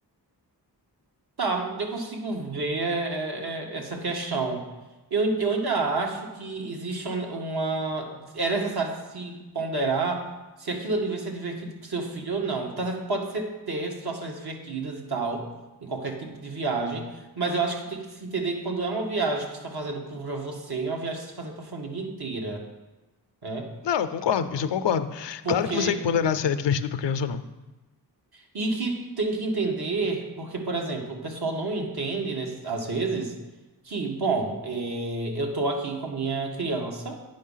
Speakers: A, on the right; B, on the left.
A: Tá, eu consigo ver é, é, é, essa questão. Eu, eu ainda acho que existe um- uma. É necessário se ponderar se aquilo ali vai ser divertido pro seu filho ou não. Tá certo que pode ser ter situações divertidas e tal, em qualquer tipo de viagem, mas eu acho que tem que se entender que quando é uma viagem que você tá fazendo pra você, é uma viagem que você tá fazendo pra família inteira, né?
B: Não, eu concordo, isso eu concordo.
A: Porque.
B: Claro que você tem que ponderar se é divertido pra criança ou não.
A: E que tem que entender, porque, por exemplo, o pessoal não entende, nesse- às vezes, que, bom, é, eu tô aqui com minha criança,